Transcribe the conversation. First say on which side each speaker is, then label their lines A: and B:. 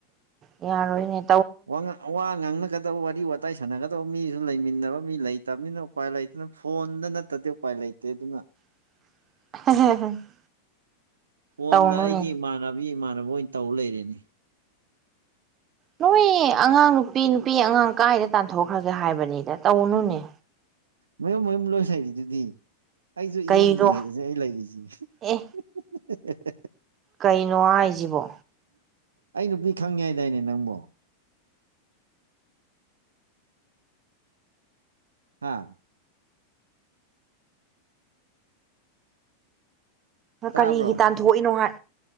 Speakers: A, on the right; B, on the right.
A: ꯏꯔ ꯏꯅꯦ
B: ꯋꯥ ꯋꯥ ꯉꯥꯡꯅꯒꯗꯕ ꯋꯥꯔꯤ ꯋꯥꯋꯇꯥꯏ ꯁꯥꯟꯅꯒꯗꯕ ꯃꯤꯁꯨ ꯂꯩꯃꯤꯟꯅꯕ ꯃꯤ ꯂꯩꯇꯕꯅꯤꯅ ꯎꯄꯥꯏ ꯂꯩꯇꯅ ꯐꯣꯟꯗ ꯅꯠꯇꯗꯤ ꯎꯄꯥꯏ ꯂꯩꯇꯦ ꯑꯗꯨꯅ
A: <inaudible>
B: ꯍꯣꯟꯅ
A: ꯇꯧꯅꯨꯅꯦ
B: ꯑꯩꯒꯤ ꯏꯃꯥꯟꯅꯕꯤ ꯏꯃꯥꯟꯅꯕ ꯑꯣꯏꯅ ꯇꯧꯕ ꯂꯩꯔꯦꯅꯦ
A: ꯅꯣꯏꯌꯦ ꯑꯉꯥꯡ ꯅꯨꯄꯤ ꯅꯨꯄꯤ ꯑꯉꯥꯡ ꯀꯥꯏꯗ ꯇꯥꯟꯊꯣꯛꯈ꯭ꯔꯒꯦ ꯍꯥꯏꯕꯅꯤꯗ ꯇꯧꯅꯨꯅꯦ
B: ꯃꯌꯨꯝ ꯃꯌꯨꯝ ꯂꯣꯏ ꯂꯩꯔꯤꯗꯨꯗꯤ ꯑꯩꯁꯨ
A: ꯀꯩꯅꯣ
B: ꯌꯨꯝꯅꯤ ꯍꯥꯏꯁꯦ ꯑꯩ ꯂꯩꯔꯤꯁꯤ <unintelligible>
A: ꯑꯦ ꯀꯩꯅꯣ ꯍꯥꯏꯁꯤꯕꯣ
B: ꯑꯩ ꯅꯨꯄꯤ ꯈꯪꯉꯦ ꯍꯥꯏꯗꯥꯏꯅꯦ ꯅꯪꯕꯣ ꯍꯥꯥ ꯇꯥꯕ꯭ꯔꯣ
A: ꯀꯔꯤꯒꯤ ꯇꯥꯟꯊꯣꯛꯏꯅꯣ ꯍꯥꯏ